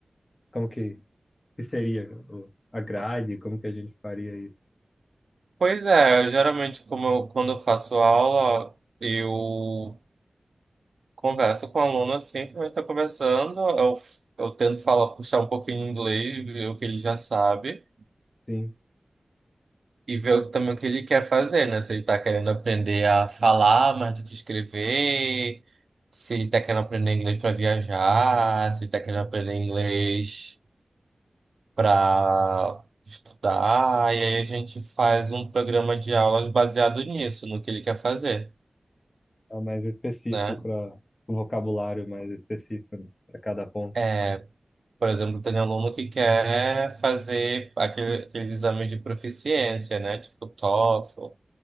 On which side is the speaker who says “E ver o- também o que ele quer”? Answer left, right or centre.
Right